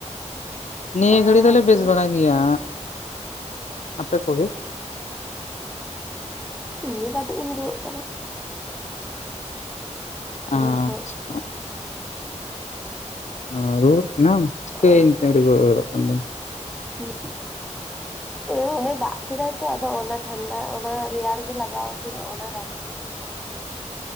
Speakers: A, on the left; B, in the centre.
A: ᱱᱤᱭᱟᱹ
B: ᱟᱯᱮ
A: ᱜᱷᱟᱹᱲᱤ ᱫᱚᱞᱮ ᱵᱮᱥ ᱵᱟᱲᱟ ᱜᱮᱭᱟ ᱟᱯᱮ ᱠᱚᱜᱮ
B: ᱤᱧ ᱜᱮ ᱠᱟᱹᱴᱤᱡ ᱤᱧ, ᱨᱩᱣᱟᱹᱜ ᱠᱟᱱᱟ᱾
A: ᱟᱪᱪᱷᱟ᱾
B: ᱫᱷᱮᱨ ᱠᱷᱚᱡ
A: ᱚᱸ, ᱨᱩᱣᱟᱹᱜ ᱠᱟᱱᱟᱢ ᱪᱤᱠᱟᱹᱭ
B: ᱚ
A: ᱮᱱᱛᱮᱢ ᱨᱩᱣᱟᱹ ᱜᱚᱫᱚᱜ ᱠᱟᱱ ᱫᱚᱢ?
B: <unintelligible> <unintelligible> ᱳᱭ ᱚᱱᱮ ᱫᱟᱜ ᱠᱮᱫᱟᱭ ᱛᱚ ᱟᱫᱚ ᱚᱱᱟ ᱴᱷᱟᱱᱰᱟ, ᱚᱱᱟ ᱨᱮᱭᱟᱲ ᱜᱮ ᱞᱟᱜᱟᱣ ᱟᱫᱤᱧᱟ, ᱚᱱᱟ ᱨᱟᱵᱟᱝ ᱜᱮ